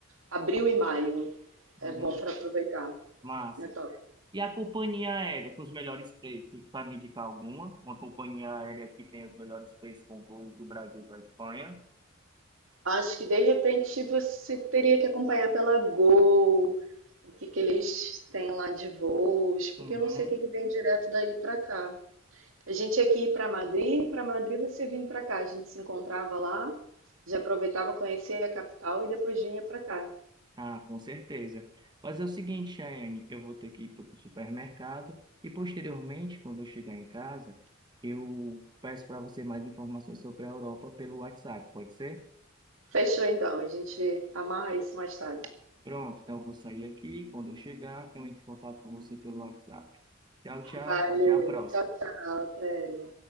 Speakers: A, on the right; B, on the right.
A: abril e maio. É
B: uhum.
A: bom para aproveitar.
B: Massa.
A: É top.
B: E a companhia aérea com os melhores preços, tu sabe indicar alguma? Uma companhia aérea que tem os melhores preços com voo do Brasil para a Espanha?
A: Acho que de repente você teria que acompanhar pela Gol o que que eles têm lá de voos, porque
B: Uhum.
A: eu não sei o que que vem direto daí pra cá. A gente ia aqui para Madrid, e para Madrid você vinha pra cá, a gente se encontrava lá, já aproveitava conhecer a capital e depois vinha pra cá.
B: Ah, com certeza. Mas é o seguinte, Chayane, eu vou ter que ir para o supermercado e posteriormente, quando eu chegar em casa, eu peço para você mais informações sobre a Europa pelo WhatsApp, pode ser?
A: Fechou então, a gente amarra isso mais tarde.
B: Pronto, então eu vou sair aqui. Quando eu chegar, eu entro em contato com você pelo WhatsApp. Tchau, tchau.
A: Valeu,
B: Até a próxima.
A: tchau, tchau, Thélia.